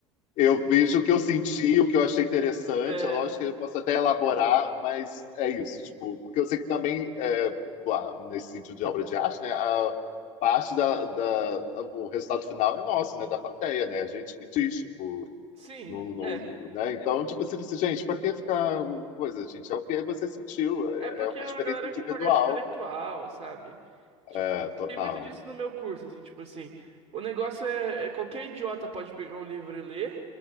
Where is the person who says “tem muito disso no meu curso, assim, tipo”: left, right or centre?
Right